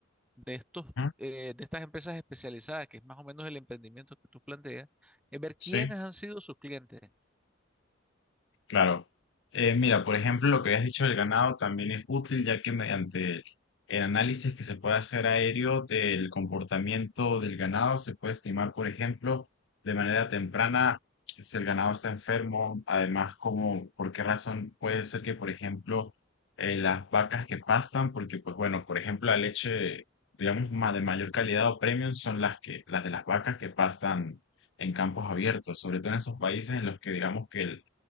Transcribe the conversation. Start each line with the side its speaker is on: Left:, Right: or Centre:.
Centre: de estos,
Left: ujú,
Centre: eh, de estas empresas especializadas, que es más o menos el emprendimiento que tú planteas, es ver quiénes
Left: sí.
Centre: han sido sus clientes.
Left: Claro. Eh, mira, por ejemplo, lo que habías dicho del ganado también es útil, ya que mediante el análisis que se puede hacer aéreo del comportamiento del ganado, se puede estimar, por ejemplo, de manera temprana si el ganado está enfermo, además, como, por qué razón puede ser que, por ejemplo, eh, las vacas que pastan, porque, pues bueno, por ejemplo, la leche, digamos, más de mayor calidad o premium son las que, las de las vacas que pastan en campos abiertos, sobre todo en esos países en los que digamos que el